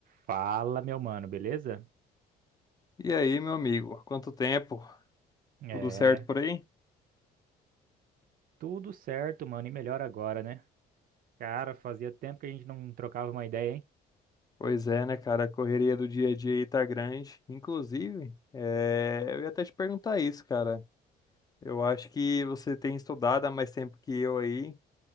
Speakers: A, on the right; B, on the left.
A: Fala, meu mano, beleza?
B: E aí, meu amigo, há quanto tempo?
A: É,
B: Tudo certo por aí?
A: tudo certo, mano, e melhor agora, né? Cara, fazia tempo que a gente não trocava uma ideia, hein?
B: Pois é, né, cara? A correria do dia a dia aí tá grande. Inclusive, eh, eu ia até te perguntar isso, cara. Eu acho que você tem estudado há mais tempo que eu aí.